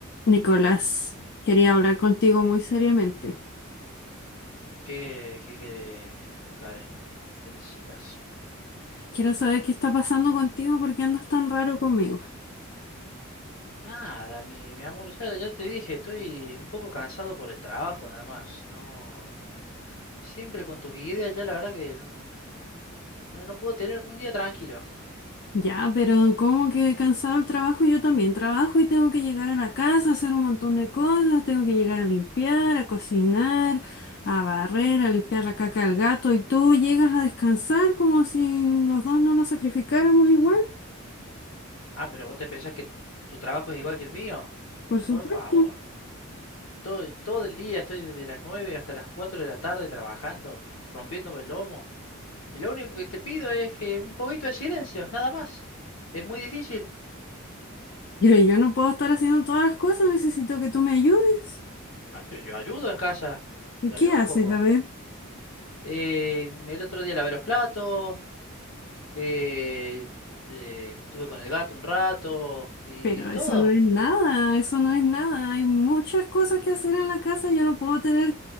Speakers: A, on the left; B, on the left.
A: Nicolás, quería hablar contigo muy seriamente.
B: ¿Qué, qué querés, Karen? ¿Qué necesitas?
A: Quiero saber qué está pasando contigo, por qué andas tan raro conmigo.
B: Nada, mi, mi amor, ya, ya te dije, estoy un poco cansado por el trabajo, nada más. No, no. Siempre con tus ideas, ya la verdad que no, no, no puedo tener un día tranquilo.
A: Ya, pero como que cansado el trabajo, yo también trabajo y tengo que llegar a la casa, hacer un montón de cosas, tengo que llegar a limpiar, a cocinar, a barrer, a limpiar la caca al gato y tú llegas a descansar como si los dos no nos sacrificáramos igual,
B: Ah, pero vos te pensás que tu trabajo es igual que el mío.
A: por supuesto.
B: Por favor. Todo, todo el día estoy desde las 9 hasta las 4 de la tarde trabajando, rompiéndome el lomo. Y lo único que te pido es que un poquito de silencio, nada más. Es muy difícil.
A: Pero yo no puedo estar haciendo todas las cosas, necesito que tú me ayudes.
B: Ah, pero yo ayudo en casa.
A: ¿Y
B: Yo
A: qué
B: ayudo
A: haces?
B: un poco.
A: A ver.
B: Eh, el otro día lavé los platos. eh, eh, estuve con el gato un rato. Y
A: Pero
B: todo.
A: eso no es nada, eso no es nada. Hay muchas cosas que hacer en la casa. Yo no puedo tener